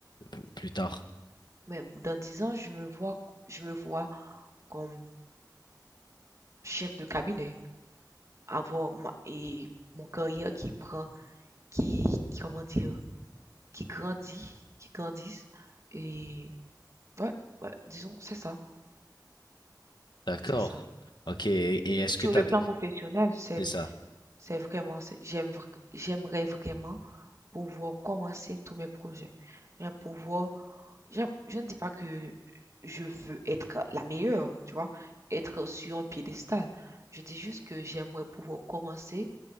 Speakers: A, on the left; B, on the right.
A: p- plus tard?
B: Mais dans 10 ans, je me vois, je me vois comme chef de cabinet, avoir ma, et mon carrière qui prend, qui, qui, comment dire, qui grandit, qui grandisse. Et ouais, ouais, disons, c'est ça,
A: D'accord.
B: c'est ça.
A: Ok. Et, et est-ce que
B: Sur
A: t'as,
B: le plan
A: de-
B: professionnel, c'est,
A: c'est ça.
B: c'est vraiment, c'est- j'aime, vr- j'aimerais vraiment pouvoir commencer tous mes projets, J'aime pouvoir Je, je ne dis pas que je veux être la meilleure, tu vois, être sur un piédestal. Je dis juste que j'aimerais pouvoir commencer,